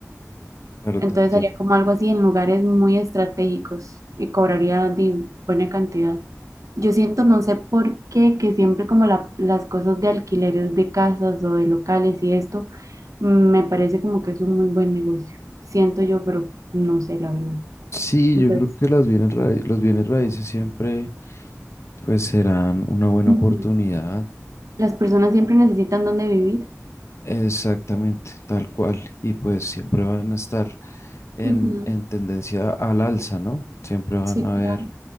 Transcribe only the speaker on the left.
Claro,
te entiendo.
Sí,
yo creo que las bienes raí- los bienes raíces siempre pues serán una buena
oportunidad.
Exactamente, tal cual. Y pues siempre van a estar en,
en tendencia al alza, ¿no? Siempre van
a
haber